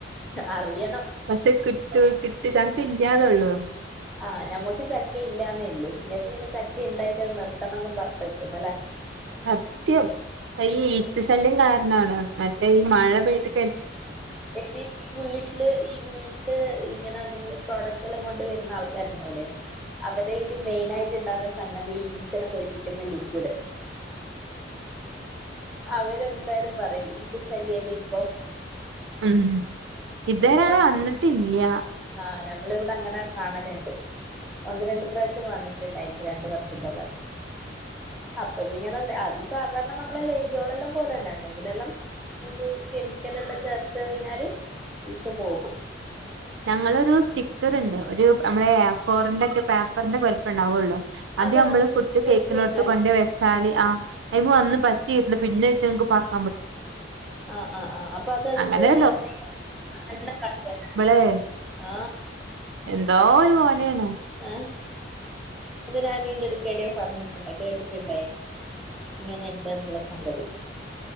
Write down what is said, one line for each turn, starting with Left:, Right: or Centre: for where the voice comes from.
Centre: അറിയ
Right: പക്ഷെ കിട്ട് കിട്ട് ചക്ക ഇല്ലാതെള്ളൂ.
Centre: ആഹ് ഞമ്മക്ക് ചക്ക ഇല്ലാന്നേ ഉള്ളു നിങ്ങക്ക് പിന്നെ ചക്ക ഉണ്ടായിട്ട് അത് നിർത്തണംന്ന് പറട്ട് നിക്കുന്നല്ലേ
Right: സത്യം ഈ ഈച്ച ശല്യം കാരണമാണ് മറ്റേ ഈ മഴ പെയ്തി
Centre: എ വീട്ടില് ഈ വീട്ടില് ഇങ്ങനെ എന്തെങ്കിലും പ്രോഡക്റ്റും കൊണ്ട് വരുന്ന ആൾക്കാരുണ്ടാവുലെ അവരെല് മെയിനായിട്ട് ഉണ്ടാവുന്ന സംഗതി ഈച്ചന പൊയിപ്പിക്കുന്ന ലിക്വിഡ് അവരെന്തായാലും പറയും ഈച്ച ശല്യ അപ്പം.
Right: ഉം ഇതവരാ
Centre: തൊട
Right: വന്നിട്ടില്ല്യ.
Centre: ആഹ് നമ്മളിവിടെ അങ്ങനെ കാണല്ണ്ട് ഒന്ന് രണ്ട് പ്രാവശ്യം വന്നിട്ടുണ്ടായി രണ്ട് വർഷത്തോളം അടുപ്പിച്ചിട്ട് അപ്പതിങ്ങനെ അത് സാധാരണ നമ്മള ലെയ്സോളെല്ലാം പോലെ തന്നെ എന്തെങ്കിലല്ലാം ഇത് കെമിക്കല്ള്ള ചേർത്ത് കയിഞ്ഞാല് ഈച്ച പോകും.
Right: ഞങ്ങളൊരു സ്റ്റിക്കർ ഇണ്ട് ഒരു നമ്മളെ ഫോറിന്റെ പേപ്പറിന്റെക്കെ വലുപ്പം ഉണ്ടാവുള്ളോ അത്
Centre: അതങ്ങനെ
Right: നമ്മള്
Centre: തുറന്ന്
Right: ഫുഡ് കേക്കിനോടുത്ത്
Centre: വെച്ച് കഴിഞ്ഞാല്
Right: കൊണ്ട വെച്ചാല് ആ് അയി വന്ന് പറ്റിയിന്ന് പിന്നെ ചെ ഞങ്ങക്ക് പ
Centre: ആഹ് ആ് ആഹ് അപ്പൊ അതടുത്ത്
Right: അങ്ങനെ
Centre: എന്തണ് <unintelligible>
Right: ഉം
Centre: ആ
Right: എന്തോ ഒരു പോലെയാണ്
Centre: ആ അത് ഞാൻ നിന്റെടുക്കടോ പറഞ്ഞിട്ടുണ്ട കേട്ടിട്ടുണ്ടായിന് ഇങ്ങനെ ഇണ്ട് എന്നുള്ള സംഗതി